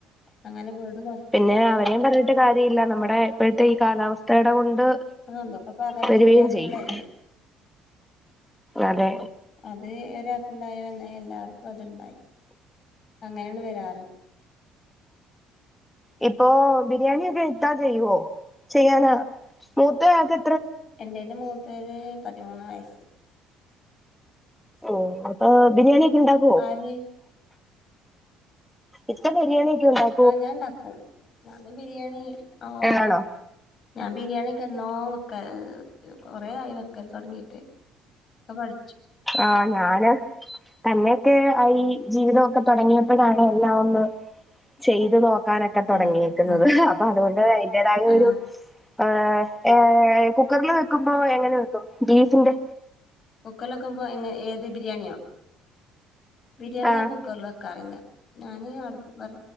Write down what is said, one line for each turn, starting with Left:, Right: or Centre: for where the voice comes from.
Left: അങ്ങനെ വീട് <unintelligible>
Centre: പിന്നെ അവരേും പറഞ്ഞിട്ട് കാര്യംല്ല നമ്മുടെ ഇപ്പോഴത്തെ ഈ കാലാവസ്ഥയുടെ കൊണ്ട്
Left: അതൊന്തോപ്പൊ പകർച്ചവ്യാധികളല്ലേ
Centre: വരികയും ചെയ്യും അതെ
Left: അത് ഒരാക്കുണ്ടായ എന്നാ എല്ലാവർക്കും അത്ണ്ടായി അങ്ങനെയാണ് വരാറ്
Centre: ഇപ്പൊ ബിരിയാണി യൊക്കെ ഇത്താ ചെയ്യുവോ ചെയ്യാന മൂത്താക്ക്
Left: എൻ്റെ മൂത്തേന് പതിമൂന്ന് വയസ്സ്
Centre: ഓ അപ്പൊ ബിരിയാണി ഒക്കെ ഉണ്ടാക്ക
Left: ആര്
Centre: ഇത്ത ബിരിയാണി ഒക്കെ ഉണ്ടാക്കി
Left: ആഹ് ഞാൻ ഉണ്ടാക്കും ഞാന് ബിരിയാണി ആഹ്
Centre: ആണോ
Left: ഞാൻ ബിരിയാണിക്ക് എന്നോ വെക്ക കൊറെ ആയി വെക്കൽ തുടങ്ങിയിട്ട് ആഹ് പഠിച്ചു
Centre: ആഹ് ഞാന് തന്നെയൊക്കെ ഈ ജീവിതമൊക്കെ തുടങ്ങിയപ്പോഴാണ് എല്ലാം ഒന്ന് ചെയ്ത് നോക്ക നൊക്കെ തുടങ്ങിയെക്കുന്നത്
Left: ആ അതെ
Centre: അപ്പൊ അതുകൊണ്ട് അതിന്റേതായ
Left: ആ
Centre: ഒരു ആഹ് ഏഹ് കുക്കറിൽ വെക്കുമ്പോ എങ്ങനെ വെക്കും ബീഫിന്റെ
Left: കുക്കറിലവെക്കുമ്പോ എങ്ങ ഏത് ബിരിയാണിയോ ബിരിയാണി
Centre: ആഹ്
Left: ഞാൻ കുക്കറിൽ വെക്കാറില്ല ഞാനീ അടുപ്പ് വെറ